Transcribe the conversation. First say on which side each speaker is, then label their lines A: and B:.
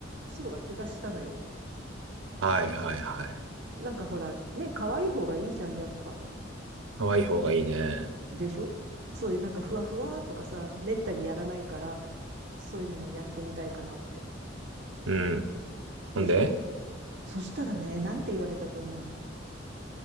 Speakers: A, on the right; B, on the right.
A: そうだ気がしたのよ。
B: はいはいはい。
A: なんかほら、ね、可愛い方がいいじゃん、やっぱ。
B: 可愛い方がいいね。
A: でしょそういうなんかふわふわーとかさ、めったにやらないから、そういうのもやってみたいかなって。
B: うん。ほんで、
A: でしょそしたらね、なんて言われたと思う